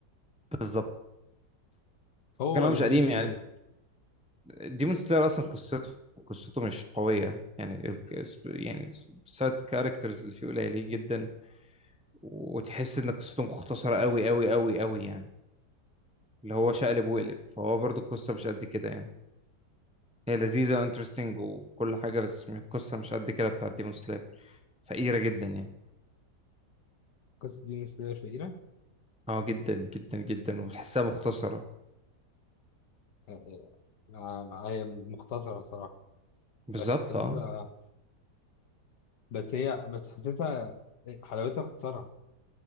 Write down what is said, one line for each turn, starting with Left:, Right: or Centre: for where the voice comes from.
Centre: بالظبط
Left: هو
Centre: كان
Left: ولا
Centre: هو مش
Left: ديمون
Centre: قديم
Left: سلاير
Centre: يعني ديمون سلاير اصلا قصته قصته مش قويه يعني ال- يعني سايد كاركترز اللي فيه قليلين جدا وتحس ان قصته مختصره قوي قوي قوي قوي يعني اللي هو شقلب وقلب فهو برضو القصه مش قد كده يعني هي لذيذة وانترستنج وكل حاجة بس م- القصة مش قد كده بتاعت ديمون سلاير فقيرة جدا يعني
Left: قصه ديمون سلاير شهيره
Centre: اه جدا جدا جدا وتحسها مختصرة
Left: آه، آه، آه، هي مختصره الصراحه
Centre: بالظبط
Left: بس حاسسها
Centre: اه
Left: بس هي بس حاسسها حلاوتها في اختصارها